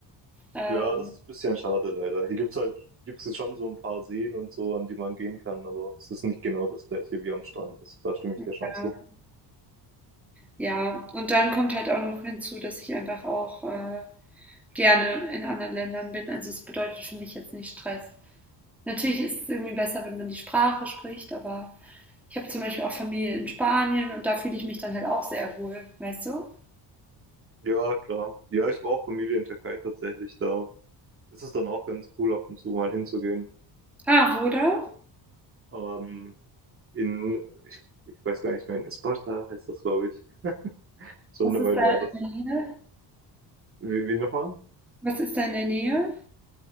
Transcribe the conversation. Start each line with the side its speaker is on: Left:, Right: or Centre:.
Centre: Ähm,
Right: Ja, das ist ein bisschen schade leider. Hier gibt's halt, gibt's jetzt schon so ein paar Seen und so, an die man gehen kann, aber es ist nicht genau das gleiche wie am Strand. Das, da stimme ich
Centre: ja.
Right: dir schon zu.
Centre: ja, und dann kommt halt auch noch hinzu, dass ich einfach auch äh, gerne in anderen Ländern bin. Also es bedeutet für mich jetzt nicht Stress. Natürlich ist es irgendwie besser, wenn man die Sprache spricht, aber ich habe zum Beispiel auch Familie in Spanien und da fühle ich mich dann halt auch sehr wohl, weißt du?
Right: Ja, klar. Ja, ich war auch Familie in Türkei tatsächlich da. Es ist dann auch ganz cool, ab und zu mal hinzugehen.
Centre: Ah, oder?
Right: Ähm, in, ich, ich weiß gar nicht mehr, in Esparta heißt das, glaube ich. Schon
Centre: Was
Right: eine
Centre: ist
Right: Weile
Centre: da
Right: her. Das,
Centre: in der Nähe?
Right: wie, wie nochmal?
Centre: Was ist da in der Nähe?